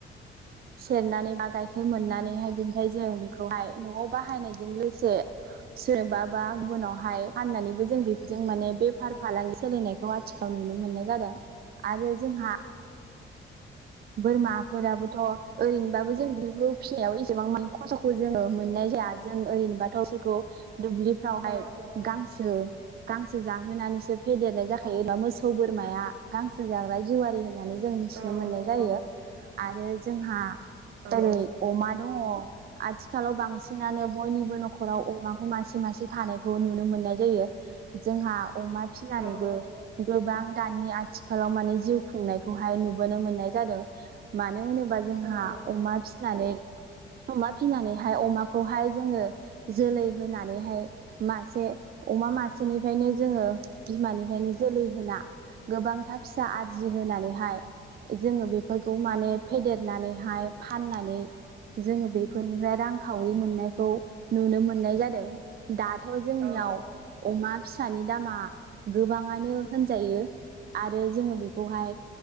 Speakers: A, on the right; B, on the right.
A: सेरनानै बा गाइखेर मोननानैहाय बिनिफ्राय जों बेखौहाय न'आव बाहायनायजों लोगोसे सोरबा बा गुबुनावहाय फाननानैबो जों बेफोरजों माने बेफार फालांगि सोलिनायखौहाय <unintelligible> नुनो मोननाय जादों आरो जोंहा बोरमाफोराबोथ' ओरैनोबाबो जों बेफोरखौ फिसिनायाव एसेबां माने खस्थ'खौ जोङो मोननाय जाया जों ओरैनोबाथ' बेखौ दुब्लि फोरावहाय
B: औ
A: गांसो गांसो जाहोनानैसो फेदेरनाय जा खायो दा मोसौ बोरमाया गांसो जाग्रा जिवारि होननानै जों मिथिनो
B: औ
A: मोननाय
B: नंगौ
A: जायो आरो जोंहा
B: औ
A: जेरै अमा दङ आथिखालाव बांसिनानो बयनिबो न'खराव अमाखौ मासे मासे थानायखौ नुनो मोननाय जायो जोंहा अमा फिसिनानैबो
B: औ
A: गोबां दानि आथिखालाव माने जिउ खुंनायखौहाय नुबोनो मोननाय जादों मानो होनोबा जोंहा
B: औ
A: अमा फिसिनानै अमा फिसिनानैहाय अमाखौहाय जोङो जोलै होनानैहाय मासे अमा मासेनिफ्रायनो जोङो बिमानिफ्रायनो जोलै होना गोबांथार फिसा आरजि होनानैहाय जोङो बेफोरखौ माने फेदेरनानैहाय फाननानै जोङो बेफोरनिफ्राय रांखावरि मोननायखौ नुनो मोननाय जादों दाथ' जोंनियाव
B: औ
A: अमा फिसानि दामा गोबां आनो होनजायो आरो जोङो बेखौहाय